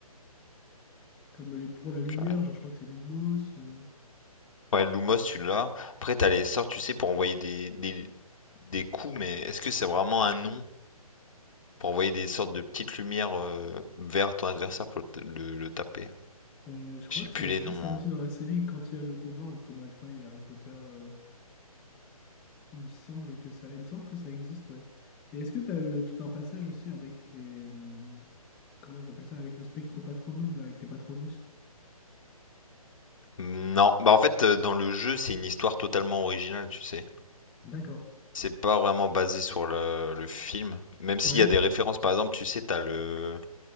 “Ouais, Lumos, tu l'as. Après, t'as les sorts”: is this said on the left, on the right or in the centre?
Left